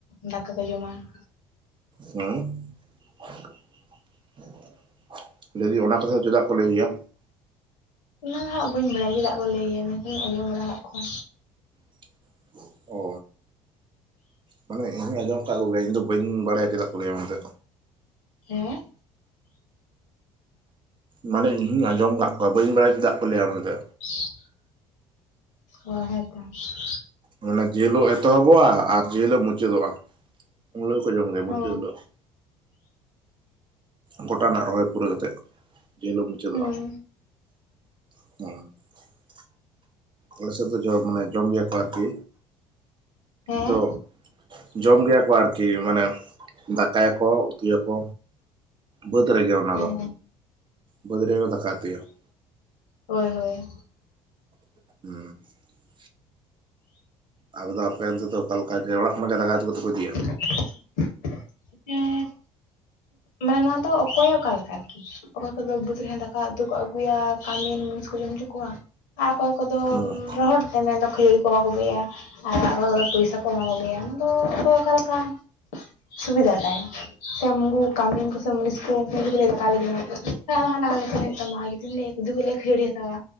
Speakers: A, on the left (about 65°); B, on the right (about 30°).
A: ᱫᱟᱠᱟ ᱠᱚ ᱡᱚᱢᱟ ᱾
B: ᱦᱮᱸᱩ, ᱠᱷᱟ-ᱭᱜ-᱾ <unintelligible> ᱞᱟᱹᱭ ᱫᱤᱧ ᱚᱱᱟ ᱠᱟᱛᱷᱟ ᱪᱮᱫᱟᱜ ᱠᱚ ᱞᱟᱹᱭ ᱜᱮᱭᱟ?
A: ᱚᱱᱟ ᱫᱚ ᱦᱟᱸᱜ ᱵᱟᱹᱧ ᱵᱟᱲᱟᱭ ᱪᱮᱫᱟᱜ ᱠᱚ ᱞᱟᱹᱭ ᱜᱮᱭᱟ ᱢᱮᱱᱠᱷᱟᱱ ᱤᱧ ᱟᱸᱡᱚᱢ ᱵᱟᱲᱟ ᱟᱠᱟᱜ ᱠᱚᱣᱟ᱾
B: ᱯᱪᱚᱜ-ᱥᱩᱜ ᱚ ᱢᱟᱱᱮ ᱤᱧᱤᱧ ᱟᱸᱡᱚᱢ ᱠᱟᱜ ᱠᱚᱜᱮᱭᱟᱧ ᱵᱟᱹᱧ ᱵᱟᱲᱟᱭᱟ ᱪᱮᱫᱟᱜ ᱠᱚ ᱞᱮᱭᱟ ᱢᱮᱱᱛᱮ
A: ᱦᱮᱸᱦᱻᱻ
B: ᱢᱟᱱᱮ ᱤᱧ ᱦᱩᱧ ᱟᱸᱡᱚᱢ ᱟᱠᱟᱜ ᱠᱚᱣᱟ ᱵᱟᱹᱧ ᱵᱟᱲᱟᱭ ᱪᱮᱫᱟ ᱠᱚ ᱞᱮᱹᱭᱟ ᱢᱮᱱᱛᱮ
A: ᱠ-ᱤ-ᱲᱼᱤ-ᱡ, -ᱥᱚᱜ ᱚ ᱦᱮᱸ ᱛᱷᱟ <unintelligible>
B: ᱢᱟᱱᱮ ᱡᱮᱹᱦᱤᱞᱳᱜ ᱮᱛᱚᱦᱚᱵᱚᱜᱼᱟ ᱟᱨ ᱡᱮᱹ ᱦᱤᱞᱳᱜ ᱢᱩᱪᱟᱹᱫᱚᱜᱼᱟ ᱩᱱ ᱦᱤᱞᱳᱜ ᱠᱚ ᱡᱚᱢ ᱜᱮᱭᱟ ᱢᱩᱪᱟᱹᱫ
A: ᱚ
B: ᱦᱤᱞᱳᱜ ᱾ ᱜᱚᱴᱟ ᱨᱮᱱᱟᱜ ᱨᱚᱦᱚᱭ ᱯᱩᱨᱟᱹ, ᱣ ᱠᱟᱛᱮᱜ ᱡᱮᱹ ᱦᱤᱞᱳᱜ ᱢᱩᱪᱟᱹᱫᱚᱜᱼᱟ᱾
A: ᱦᱮᱸ᱾
B: ᱦᱮᱸᱦ ᱾ ᱟᱞᱮ ᱥᱮᱫ ᱫᱚ ᱡᱚ ᱢᱟᱱᱮ ᱡᱚᱢ ᱜᱮᱭᱟ ᱟᱨᱠᱤ
A: ᱦᱮᱸ
B: ᱫᱚ ᱡᱚᱢ ᱜᱮᱭᱟ ᱠᱚ ᱟᱨᱠᱤ ᱢᱟᱱᱮ ᱫᱟᱠᱟᱭᱟᱠᱚ ᱩᱛᱩᱭᱟᱠᱚ᱾ ᱵᱟᱹᱫᱽ ᱨᱮᱜᱮ ᱚᱱᱟᱫᱚ
A: ᱦᱮᱸ
B: ᱵᱟᱹᱫᱽ ᱨᱮᱜᱮ ᱠᱚ ᱫᱟᱠᱟ ᱩᱛᱩᱭᱟ ᱾
A: ᱦᱳᱭ ᱦᱳᱭ
B: ᱦᱩ ᱾ ᱟᱫᱚ ᱟᱯᱮ ᱚᱱᱛᱮ ᱚᱠᱟ ᱞᱮᱠᱟ ᱡᱮ ᱚᱲᱟᱜ ᱠᱷᱚᱱᱟᱜ ᱜᱮ ᱫᱟᱠᱟ ᱩᱛᱩ ᱠᱟᱛᱮ ᱠᱚ ᱤᱫᱤᱭᱟ?
A: ᱥᱩᱡ-ᱴᱷᱚᱜ ᱾ ᱦᱮᱸ ᱢᱮᱱᱟ ᱫᱚ ᱚᱠᱚᱭ ᱚᱠᱟᱞᱮᱠᱟ ᱟᱨᱠᱤ ᱚᱠᱚᱭ ᱠᱚᱫᱚ ᱵᱟᱹᱫᱽ ᱨᱮᱦᱚᱸ ᱫᱟᱠᱟ ᱩᱛᱩ ᱠᱚ ᱟᱜᱩᱭᱟ ᱠᱟᱢᱤᱱ ᱢᱩᱱᱤᱥ ᱠᱚ ᱡᱚᱢ ᱦᱚᱪᱚ ᱠᱚᱣᱟ᱾ ᱟᱨ ᱠᱚᱭ ᱠᱚᱫᱚ
B: ᱦᱩᱸ
A: ᱨᱚᱦᱚᱲ ᱛᱮ ᱢᱮᱱᱫᱚ ᱠᱷᱟᱹᱲᱤ ᱠᱚ ᱢᱟ ᱠᱚᱜᱮᱭᱟ ᱟᱨ ᱚᱠᱚᱭᱫᱚ ᱯᱚᱭᱥᱟ ᱠᱚ ᱮᱢᱟ ᱠᱚᱜᱮᱭᱟ ᱚᱱᱟᱫᱚ ᱚᱠᱚᱭ ᱚᱠᱟᱞᱮᱠᱟ ᱥᱩᱵᱤᱫᱟ ᱛᱟᱭ᱾ ᱥᱮ ᱢᱩᱜᱩ ᱠᱟᱢᱤᱱ ᱠᱚ ᱥᱮ ᱢᱩᱱᱤᱥ ᱠᱚ ᱩᱝᱠᱩ ᱠᱚ ᱞᱟᱹᱭ ᱫᱟᱠᱟ ᱞᱮ ᱡᱚᱢᱟ ᱦᱟᱸᱜ ᱫᱟᱠᱟ ᱜᱮ ᱤᱥᱤᱱ ᱦᱩᱭᱩᱜ ᱛᱟᱢᱟ᱾ ᱡᱩᱫᱤᱢ ᱞᱟᱹᱭ ᱡᱩᱫᱤ ᱠᱚᱞᱮᱭᱟ ᱠᱷᱟᱹᱡᱟᱹᱟᱹᱲᱤ ᱦᱟᱛᱟᱣᱟ